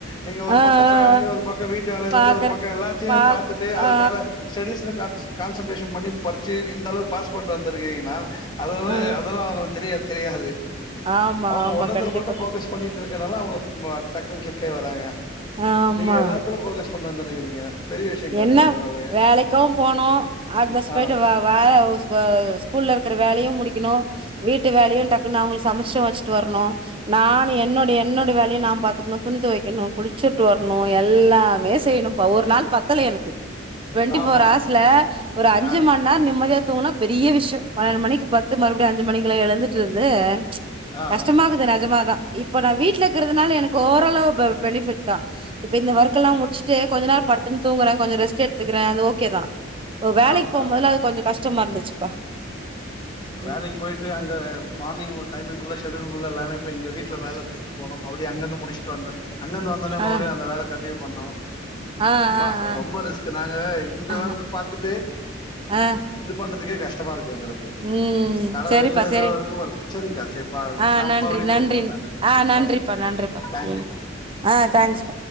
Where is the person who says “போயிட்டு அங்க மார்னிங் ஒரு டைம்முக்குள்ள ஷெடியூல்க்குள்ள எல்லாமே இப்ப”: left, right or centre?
Left